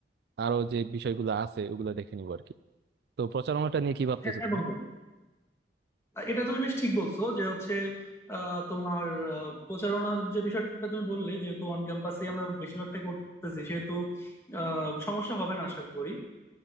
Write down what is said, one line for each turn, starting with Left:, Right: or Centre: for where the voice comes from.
Right: আরো যে বিষয়গুলো আছে ওগুলো দেখে নিবো আর কি তো প্রচারণাটা নিয়ে কি ভাবতেছো
Left: হ্যাঁ
Right: তুমি
Left: বন্ধু এটা তুমি বেশ ঠিক বলছো যে হচ্ছে আহ, তোমার আহ, প্রচারণার যে বিষয়টা তুমি বললে যেহেতু অন ক্যাম্পাসে আমরা বেশিরভাগটা করতেছি সেহেতু আহ, সমস্যা হবে না আশা করি